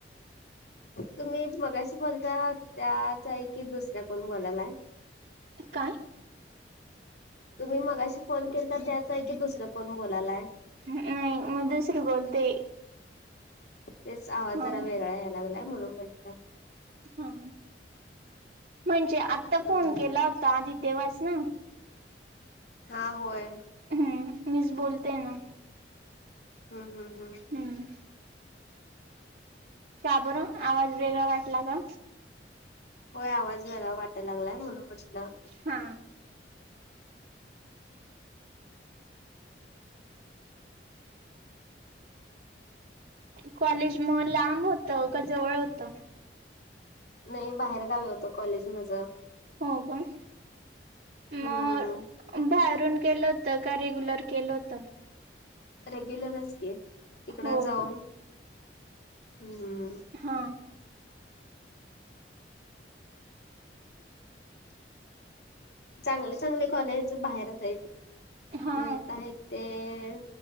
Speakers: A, on the left; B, on the right.
A: तुम्ही मगाशी बोलता त्याचा आहे की दुसऱ्या कोण बोलायलाय
B: काय
A: तुम्ही मगाशी फोन केला तर त्याचचा आहे की दुसरं कोण बोलायलाय
B: नाही मग दुसर बोलते
A: तेच आवाज
B: हा
A: जरा वेगळा यायला लागलाय म्हणून म्हणत
B: हा म्हणजे आता
A: हम्म
B: फोन
A: हम्म
B: केला होता आधी तेव्हाच ना
A: हा होय
B: हम्म मीच बोलते ना
A: हम् हम हम्
B: हम्म का बरं आवाज वेगळा वाटला का
A: होय आवाज वेगळा वाटायला लागलाय म्हणूनलं
B: हा कॉलेज मग लांब होत का जवळ होतं
A: नाही बाहेर गावी होत कॉलेज माझ
B: हो पण
A: हम्म
B: मग बाहेरून केलं तर का रेग्युलर केलं होत
A: रेग्युलर असक तिकड
B: हो
A: जाऊन
B: का
A: हम्म
B: हा
A: <unintelligible> चांगले चांगले कॉलेज बाहेरच आहेत
B: हा
A: महत आहेत ते